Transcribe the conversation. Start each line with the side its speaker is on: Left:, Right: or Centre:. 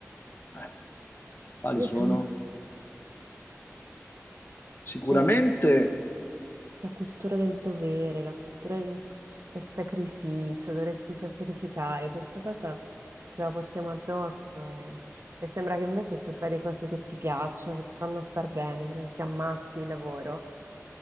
Left: Eh, quali
Right: io
Left: sono?
Right: sono...
Left: Sicuramente.
Right: boh, la cultura del dovere, la cultura del, del sacrificio, dovresti sacrificare, questa cosa ce la portiamo addosso e, e sembra che invece se fai le cose che ti piacciono, che ti fanno star bene, che non ti ammazzi di lavoro,